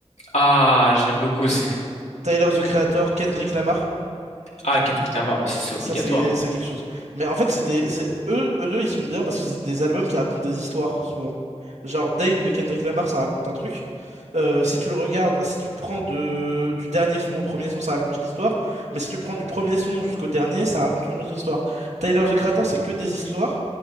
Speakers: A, on the left (about 80°); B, on the right (about 85°).
A: Ah, j'aime beaucoup aussi.
B: Tyler, The Creator, Kendrick Lamar.
A: Ah, Kendrick Lamar aussi, c'est obligatoire.
B: Ça, c'est c'est quelque chose. Mais en fait, c'est des, c'est, eux, eux deux, ils sont bien parce que c'est des albums qui racontent des histoires, souvent. Genre Dame de Kendrick Lamar, ça raconte un truc. Euh, si tu le regardes, si tu le prends de, du dernier son au premier son, ça raconte une histoire. Mais si tu le prends du premier son jusqu'au dernier, ça raconte une autre histoire. Tyler, The Creator, c'est que des histoires.